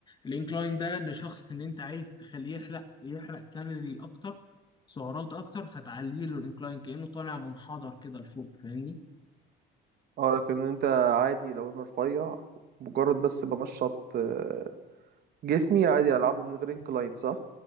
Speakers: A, on the left; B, on the right.
A: الانكلاين ده لشخص ان انت عايز تخليه يحرق يحرق كالوري اكتر سعرات اكتر فتعلي له الانكلاين كانه طالع منحدر كده لفوق فاهمني
B: اه لكن انت عادي لو انا رفيع مجرد بس بنشط آه، جسمي عادي العبه من غير انكلاين صح